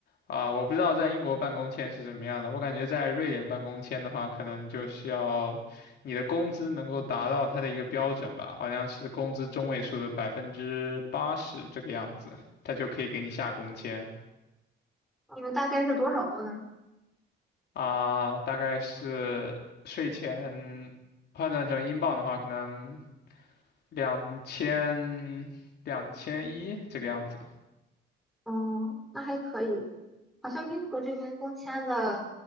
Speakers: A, on the left; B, in the centre.
A: 啊、我不知道在英国办工签是什么样的，我感觉在瑞典办工签的话，可能就是要你的工资能够达到它的一个标准吧，好像是工资中位数的百分之八十这个样子，他就可以给你下工签。
B: 你们大概是多少个呢？
A: 啊、大概是税前换算成英镑的话，可能两千两千一这个样子。
B: 哦，那还可以。好像英国这边工签的